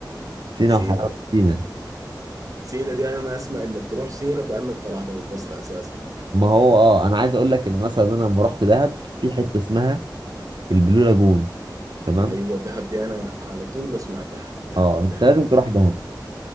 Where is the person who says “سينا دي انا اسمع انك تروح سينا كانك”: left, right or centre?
Right